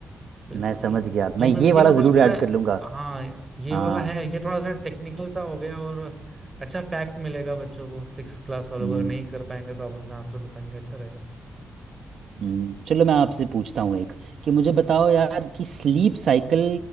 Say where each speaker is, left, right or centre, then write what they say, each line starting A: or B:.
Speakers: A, on the right; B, on the right.
A: बिल्कुल
B: मैं समझ
A: बिल्कुल
B: गया मैं
A: ये मैं
B: ये
A: ये
B: वाला
A: मेरे
B: ज़रूर
A: को लगता
B: ऐड
A: है
B: कर लूँगा
A: हाँ ये
B: हाँ
A: वाला है ये थोड़ा सा टेक्निकल सा हो गया और अच्छा फैक्ट मिलेगा बच्चों को सिक्स क्लास वालों
B: हम्म।
A: को अगर नहीं कर पाएंगे तो आप उनका आंसर बताएंगे अच्छा रहेगा
B: हम्म, चलो मैं आपसे पूछता हूँ एक कि मुझे बताओ यार कि स्लीप साइकिल